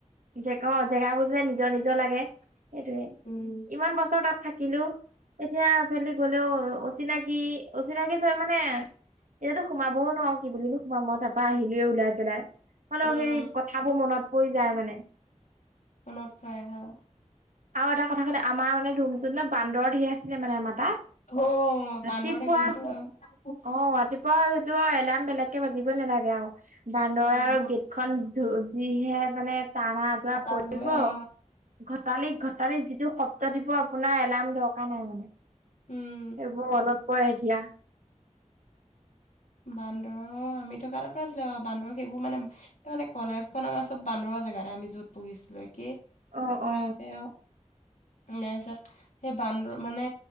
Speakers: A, on the right; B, on the left.
A: জে অ', জেগাবোৰ যে নিজৰ-নিজৰ লাগে। সেইটোৱে,
B: উম
A: ইমান বছৰ তাত থাকিলোঁ। এতিয়া সেইফালেদি গ'লেও অচিনাকি-অচিনাকি চ মানে এতিয়াতো সোমাবও নোৱাৰো কি বুলিনো সোমাম মই তাপৰা আহিলোৱে ওলাই পেলাই। হলেও
B: উম
A: সেই কথাবোৰ মনত পৰি যায় মানে।
B: মনত পৰে হয়।
A: আৰু এটা কথা শুনা আমাৰ মানে ৰুমটোত ন বান্দৰ ঢেৰ আছিলে মানে আমাৰ তাত।
B: অ',
A: ৰাতিপুৱা
B: বান্দৰ থাকিলেটো আৰু
A: অ', ৰাতিপুৱা সেইটো এলাৰ্ম বেলেগকে বাজিবই নালাগে আৰু, বান্দৰে
B: উম
A: আৰু গেট খন ধু যিহে মানে টানা আজোৰা
B: চতাল
A: কৰিব।
B: হৈ অ
A: ঘটালি ঘটালি যিটো শব্দ দিব আপোনাৰ এলাৰ্ম দৰকাৰ নাই মানে।
B: উম
A: এইবোৰ মনত পৰে এতিয়া।
B: বান্দৰ, আমি থকা তাতো আছিলে অ বান্দৰ সেইবোৰ মানে তাৰ মানে কলেজখন আমাৰ চব বান্দৰৰ জেগাতে আমি যত পঢ়িছিলো, একে
A: অ
B: কলেজে
A: অ
B: আও নাইছা সেই বান্দৰ মানে